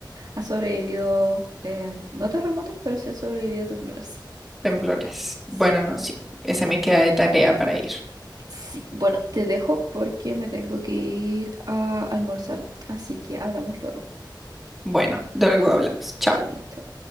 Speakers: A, on the right; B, in the centre.
A: Ha sobrevivido, eh, no terremotos, pero sí ha sobrevivido temblores.
B: Temblores.
A: Sí,
B: Bueno, no, sí, esa me queda de tarea para ir.
A: sí. Bueno, te dejo porque me tengo que ir a almorzar, así que hablamos luego.
B: Bueno, luego hablamos, chao.
A: Vale, chao.